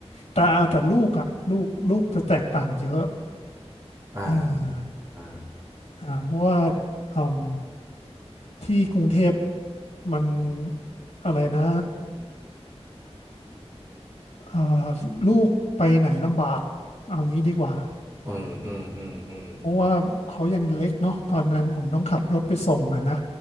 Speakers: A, on the left (about 85°); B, on the right (about 30°).
A: แต่เอาแต่ลูกอ่ะลูกลูกจะแตกต่างเยอะ
B: อ่า
A: เออ
B: อ่า
A: อ่าเพราะว่าอืมที่กรุงเทพมันอะไรนะเอ่อลูกไปไหนลำบากเอางี้ดีกว่า
B: อืมอืมอืมอืม
A: เพราะว่าเขายังเล็กเนาะตอนนั้นผมต้องขับรถไปส่งอะนะ